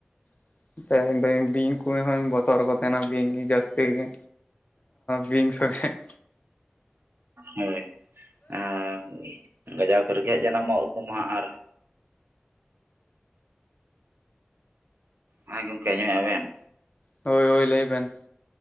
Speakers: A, on the left (about 40°); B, on the right (about 75°).
A: <inaudible> <unintelligible> ᱵᱤᱧ ᱠᱩ ᱦᱚᱸᱧ ᱵᱚᱛ- ᱛᱚᱨ ᱠᱚ ᱛᱟᱦᱮᱱᱟ ᱵᱤᱧ ᱡᱟᱹᱥᱛᱤ ᱜᱮ᱾ ᱵᱤᱧ ᱥᱚᱸᱜᱮ-
B: ᱦᱳᱭ, ᱟᱸᱻ ᱜᱟᱡᱟᱲ ᱠᱚᱨᱮ ᱜᱮ ᱦᱟᱸᱜ ᱡᱟᱱᱟᱢᱚᱜ ᱛᱟᱢᱟ, ᱟᱨ- ᱦᱮᱸ ᱜᱚᱝᱠᱮ ᱟᱸᱡᱚᱢ ᱮᱜ ᱟᱵᱮᱱ!?
A: ᱦᱳᱭ ᱦᱳᱭ ᱞᱟᱹᱭ ᱵᱮᱱ᱾